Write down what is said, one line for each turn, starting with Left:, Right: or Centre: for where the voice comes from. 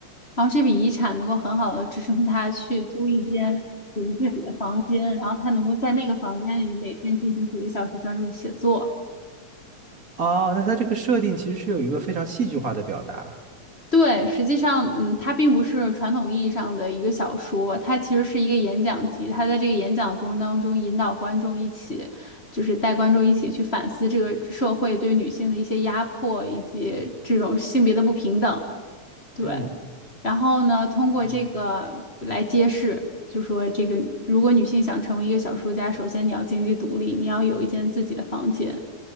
Left: 然后这笔遗产能够很好的支撑他去租一间属于自己的房间，然后他能够在那个房间里每天进行几个小时专注的写作。
Right: 哦，那它这个设定其实是有一个非常戏剧化的表达。
Left: 对，实际上，嗯，它并不是传统意义上的一个小说，它其实是一个演讲集。它在这个演讲的过程当中，引导观众一起，就是带观众一起去反思这个社会对女性的一些压迫，以及这种性别的不平等。对，
Right: 嗯，
Left: 然后呢，通过这个来揭示，
Right: 啊，
Left: 就说这个，如果女性想成为一个小说家，首先你要经济独立，你要有一间自己的房间